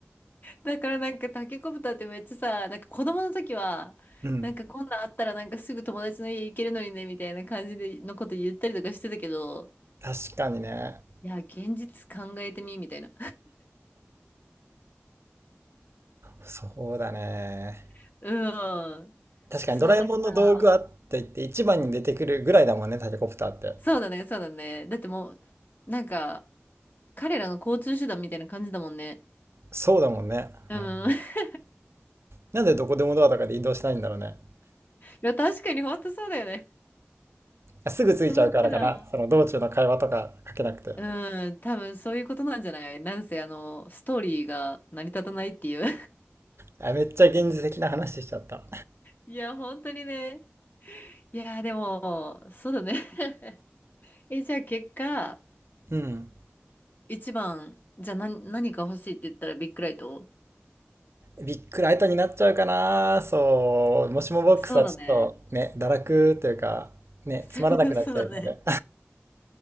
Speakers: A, on the left (about 45°); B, on the right (about 70°).
A: だからなんかタケコプターってめっちゃさ、なんか子供の時は、
B: うん。
A: なんかこんなんあったらなんかすぐ友達の家行けるのにねみたいな感じでのこと言ったりとかしてたけど、
B: 確かにね。
A: いや、現実考えてみみたいな。
B: そうだね。
A: <laughs> うん。
B: 確かにドラえもんの道具あって言って一番に出てくるぐらいだもんね、
A: そう、だから、
B: タケコプターって。
A: そうだね、そうだね。だってもう、なんか、彼らの交通手段みたいな感じだもんね。
B: そうだもんね。
A: うん。
B: うん。
A: <laughs> い
B: なんでどこでもドアとかで移動しないんだろうね。
A: や、確かに本当そうだよね。
B: あすぐ着いちゃうからかな。
A: そうしたら、
B: その道中の会話とかかけなくて。
A: うん、多分そういうことなんじゃないなんせ、あの、ストーリーが成り立たないっていう。
B: あ、めっちゃ現実的な話しちゃった。
A: いや、本当にね。いや、でも、そうだね。<laughs> え、じゃあ結果、
B: うん。
A: 一番、じゃあ何、何か欲しいって言ったらビッグライト
B: ビックライトになっちゃうかな。そう。もしもボックスはちょっとね、
A: そうだね。
B: 堕落というか、ね、つまらなくなっちゃうので。
A: <laughs> そうだね。